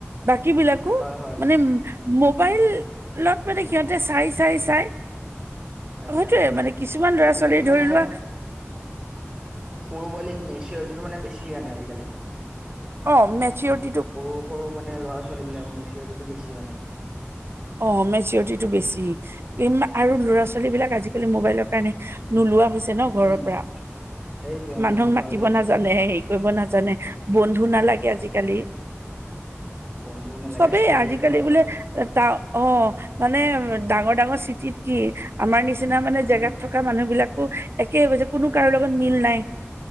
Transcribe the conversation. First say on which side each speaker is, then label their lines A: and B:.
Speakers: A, on the right; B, on the right.
A: বাকী বিলাকো
B: হয় হয়
A: মানে উ মোবাইলত মানে সিহঁতে চাই চাই চাই
B: চাই
A: সেইটোৱে
B: চাই হয়
A: মানে কিছুমান ল'ৰা
B: আজিকালি
A: ছোৱালী
B: মানে
A: ধৰি লোৱা
B: সৰু পোৱালি মেচিৰিটিটো মানে বেছি মানে আজিকালি।
A: অ মেচিওত,
B: সৰু সৰু মানে ল'ৰা ছোৱালী বিলাকৰ মেচিউৰিটিটো বেছি মানে।
A: অ মেচিউৰিটিটো বেছি। ইম আৰু ল'ৰা ছোৱালী বিলাক আজিকালি মোবাইলৰ কাৰণে নোলোৱা হৈছে ন ঘৰৰ
B: উম
A: পৰা।
B: সেইটোৱে অ
A: মানুহক
B: নোলোৱা
A: মাতিব
B: হৈছে
A: নাজানে হেৰি কৰিব নাজানে বন্ধু নালাগে আজিকালি।
B: বন্ধু নালাগে
A: চবেই আজিকালি
B: সেইটো হয়
A: বোলে
B: বাৰু
A: তা অঁ মানে ডাঙৰ ডাঙৰ চিটি খিনিত, আমাৰ নিচিনা মানে
B: উম
A: জেগাত থকা মানুহ বিলাক একেই এযে কোনো
B: উম
A: কাৰো লগত মিল নাই।